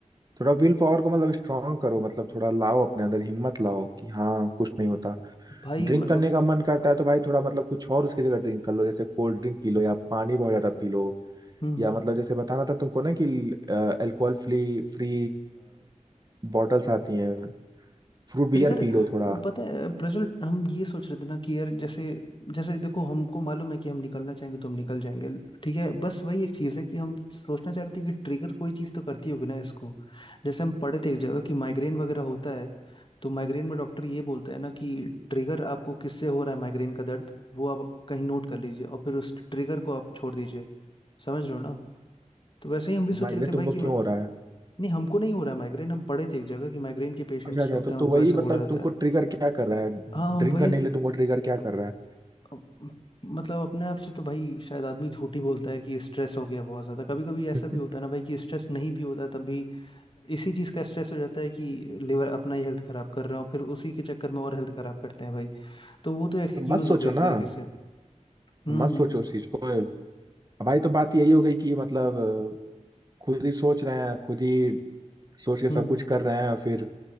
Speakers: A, on the right; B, on the left.
A: थोड़ा विल पावर को मतलब स्ट्रांग करो मतलब थोड़ा लाओ अपने अंदर हिम्मत लाओ कि हाँ कुछ नहीं होता
B: भाई
A: ड्रिंक
B: मतलब
A: करने का मन करता है तो भाई थोड़ा मतलब कुछ और उसकी जगह ड्रिंक कर लो जैसे कोल्ड ड्रिंक पी लो या पानी बहुत ज्यादा पी लो
B: हम्म
A: या मतलब जैसे बताना था तुमको ना कि अल्कोहल फ्री फ्री बॉटल्स आती हैं फ्रूट बियर
B: ट्रिगर
A: पी लो थोड़ा
B: पता है प्रज्वल हम ये सोच रहे थे ना कि यार जैसे जैसे देखो हमको मालूम है कि हम निकलना चाहेंगे तो हम निकल जाएंगे ठीक है बस वही एक चीज़ है कि हम सोचना चाह रहे थे कि ट्रिगर कोई चीज़ तो करती होगी ना इसको जैसे हम पढ़े थे एक जगह कि माइग्रेन वगैरह होता है तो माइग्रेन में डॉक्टर ये बोलता है ना कि ट्रिगर आपको किससे हो रहा है माइग्रेन का दर्द वो आप कहीं नोट कर लीजिए और फिर उस ट्रिगर को आप छोड़ दीजिए समझ रहे हो ना तो वैसे ही हम भी सोच
A: माइग्रेन
B: रहे थे
A: तुमको
B: भाई कि
A: क्यों हो रहा है
B: नहीं हमको नहीं हो रहा है माइग्रेन हम पढ़े थे एक जगह कि माइग्रेन के पेशेंट्स
A: अच्छा अच्छा
B: जो होते
A: तो तो
B: हैं उनको
A: वही
B: ऐसे
A: मतलब
B: बोला जाता
A: तुमको
B: है
A: ट्रिगर क्या कर रहा है
B: हाँ हम
A: ड्रिंक
B: वही
A: करने के लिए तुमको ट्रिगर क्या कर रहा है
B: अब- मतलब अपने आप से तो भाई शायद आदमी झूठ ही बोलता है कि स्ट्रेस हो गया बहुत ज्यादा कभी कभी ऐसा
A: <laughs>
B: भी होता है ना भाई कि स्ट्रेस नहीं भी होता है तब भी इसी चीज का स्ट्रेस हो जाता है कि लिवर अपना ही हेल्थ खराब कर रहा है और फिर उसी के चक्कर में और हेल्थ खराब करते हैं भाई तो वो तो एक्सक्यूज
A: तो मत सोचो
B: हो गया एक
A: ना
B: तरीके से हम्म
A: तो मत
B: हम्म
A: सोचो उस चीज को अब भाई तो बात यही हो गई कि मतलब खुद ही सोच रहे हैं खुद ही सोच के सब
B: हम्म, हम्म।
A: कुछ कर रहे हैं और फिर